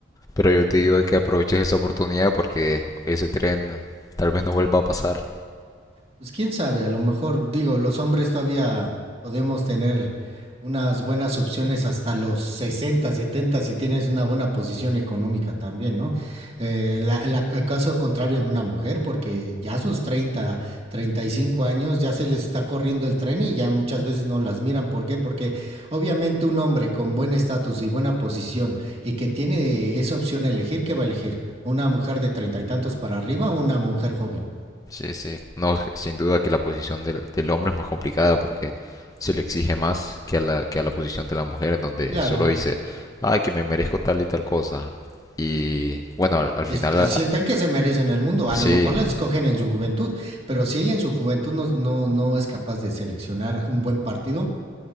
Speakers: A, on the left; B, on the right.
A: Pero yo te digo
B: Mm.
A: que aproveches esa oportunidad porque ese tren tal vez no vuelva a pasar.
B: Pues quién sabe, a lo mejor, digo, los hombres todavía podemos tener unas buenas opciones hasta los 60, 70, si tienes una buena posición económica también, ¿no? Eh, la- la- el caso contrario en una mujer, porque ya a sus treinta, treinta y cinco años ya se les está corriendo el tren y ya muchas veces no las miran. ¿Por qué? Porque obviamente un hombre con buen estatus y buena posición y que tiene esa opción a elegir, ¿qué va a elegir? ¿Una mujer de treinta y tantos para arriba o una mujer joven?
A: Sí, sí. No, sin duda que la posición del, del hombre es más complicada porque se le exige más que a la, que a la posición de la mujer en donde
B: Claro,
A: solo dice, ay, que me merezco tal y tal cosa. Y bueno, al, al final,
B: Y si
A: a-
B: sientan que se merecen el mundo.
A: sí,
B: A lo mejor las escogen en su juventud, pero si ella en su juventud no, no, no es capaz de seleccionar un buen partido,